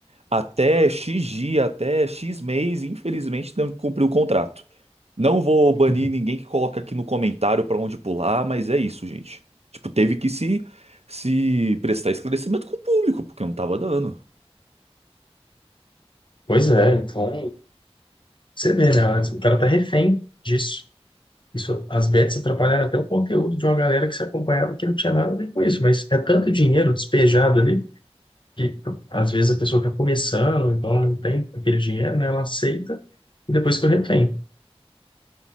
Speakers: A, on the right (about 75°); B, on the left (about 50°).
A: Até X dia, até X mês, infelizmente, tem que cumprir o contrato. Não vou banir
B: <laughs>
A: ninguém que coloca aqui no comentário pra onde pular, mas é isso, gente. Tipo, teve que se, se prestar esclarecimento com o público, porque não tava dando.
B: Pois é, então, você vê, né? O cara tá refém disso. Isso, as bets atrapalharam até o conteúdo de uma galera que se acompanhava que não tinha nada a ver com isso, mas é tanto dinheiro despejado ali que às vezes a pessoa está começando, então ela não tem aquele dinheiro, né? Ela aceita e depois que eu retém.